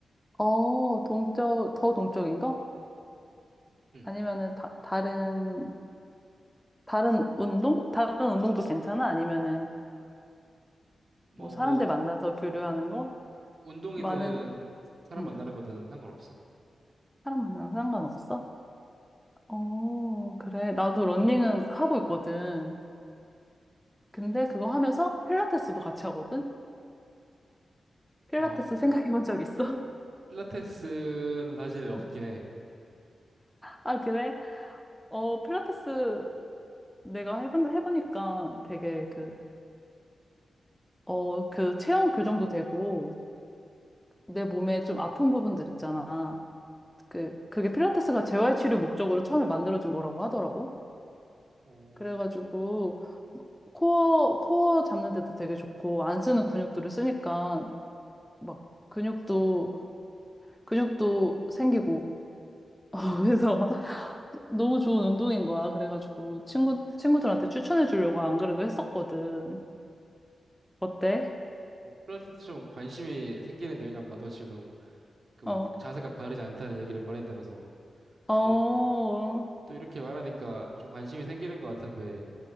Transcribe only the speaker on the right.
응.
뭐
뭐
운동이든
사람
만나는 거든 상관없어.
아
필라테스는 사실 없긴
해.
어,
어, 필라테스 좀 관심이 생기는데 왜냐면 나도 지금 그 막
자세가 바르지 않다는 얘기를 많이 들어서
네, 또 이렇게 말하니까 좀 관심이 생기는 것 같은데,